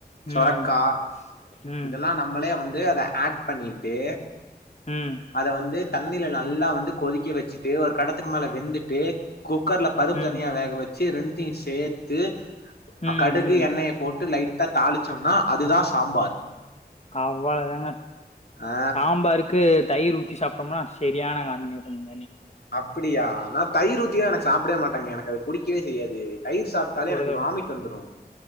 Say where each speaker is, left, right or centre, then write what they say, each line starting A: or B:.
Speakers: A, on the left; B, on the left.
A: ம்
B: சொரக்கா
A: ம் ம்
B: இதெல்லா நம்மளே வந்து அத ஆட் பண்ணிட்டு
A: ம்
B: அத வந்து தண்ணில நல்லா வந்து கொதிக்க வச்சுட்டு ஒரு கடத்துக்கு மேல வெந்துட்டு குக்கர்ல பருப்பு
A: ம்
B: தனியா வேக வ ச்சு ரெண்டுத்தயு சேத்து
A: ம்
B: கடுகு
A: ம்.
B: எண்ணெய போட்டு லைட் டா தாளிச்சோன்னா அதுதா சாம்பார்
A: அவ்வள தாங்க
B: ஆ
A: சாம்பாருக்கு தயிர் ஊ த்தி சாப்டொம்னா செரியான காம்பினேஷன்ங்
B: அப்பிடியா நா தயிர் ஊத்திலா நா சாப்புடவே மாட்டேங்க எனக் கு அது புடிக்கவே செய்யாது தயிர் சாப்ட்டாலே
A: ஒரு
B: எனக்கு வாமிட் வந்துரு